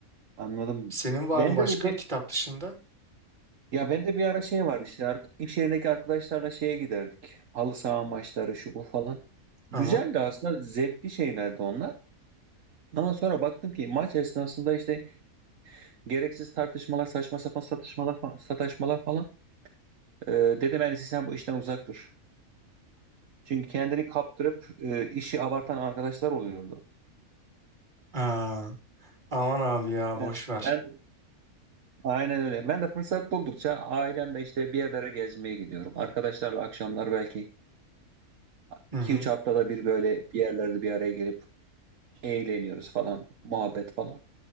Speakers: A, on the right; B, on the right.
A: Anladım.
B: Senin var
A: Bende
B: mı başka
A: de
B: kitap dışında?
A: Ya bende bir ara şey vardı işte ar- iş yerindeki arkadaşlarla şeye giderdik. Halı saha maçları şu bu falan.
B: Tamam.
A: Güzeldi aslında zevkli şeylerdi onlar. Ama sonra baktım ki maç esnasında işte gereksiz tartışmalar, saçma sapan satışmalar, fa- sataşmalar falan. Ee, dedim en iyisi sen bu işten uzak dur. Çünkü kendini kaptırıp e, işi abartan arkadaşlar oluyordu.
B: Aa, aman abi ya
A: Evet,
B: boş ver.
A: ben aynen öyle. Ben de fırsat buldukça ailemle işte bir yerlere gezmeye gidiyorum. Arkadaşlarla akşamlar belki
B: Hı
A: iki
B: hı.
A: üç haftada bir böyle bir yerlerde bir araya gelip eğleniyoruz falan, muhabbet falan.